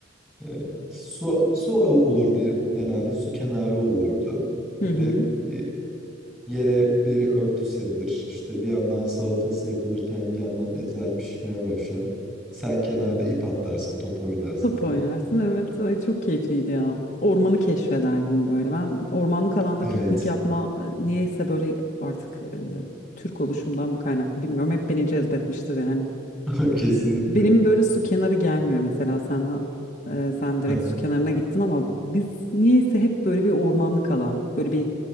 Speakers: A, in the centre; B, on the left (about 40°).
A: Ee, su, su al- olurdu genelde su kenarı olurdu. Böyle
B: Hı hı.
A: bir yere bir örtü serilir. İşte bir yandan salatası yapılırken bir yandan etler pişmeye başlar. Sen kenarda ip atlarsın, top oynarsın
B: Top
A: falan.
B: oynarsın evet Ay, çok keyifliydi ya. Ormanı keşfederdin böyle. Ben ormanlık alanda
A: Evet,
B: piknik yapma niyeyse böyle artık eee, Türk oluşumdan mı kaynaklı bilmiyorum. Hep beni cezbetmiştir yani.
A: <laughs> kesinlikle.
B: Benim böyle su kenarı gelmiyor mesela sen e, sen direkt
A: Aha,
B: su kenarına gittin ama biz niyeyse hep böyle bir ormanlık alan böyle bir